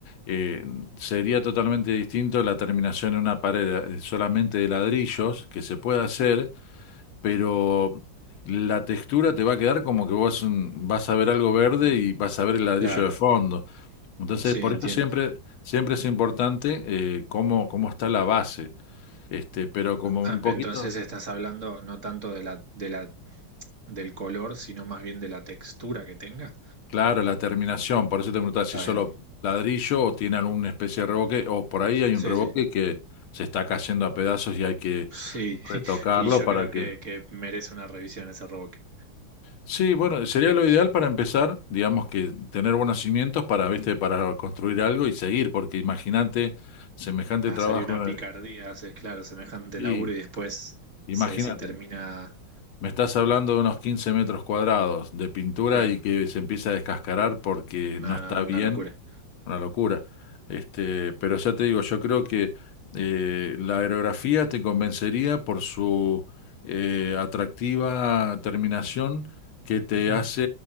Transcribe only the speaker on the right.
Mm.
Claro,
sí,
entiendo.
Ah,
pero entonces estás hablando no tanto de la, de la, del color, sino más bien de la textura que tenga.
Está
bien.
Sí,
sí.
Sí, <laughs>
y yo
creo
que, que merece una revisión ese revoque.
Nada,
sería una
picardía,
haces, claro, semejante
laburo y después
se, se termina.
Claro,
nada,
no,
una locura.
Ujú.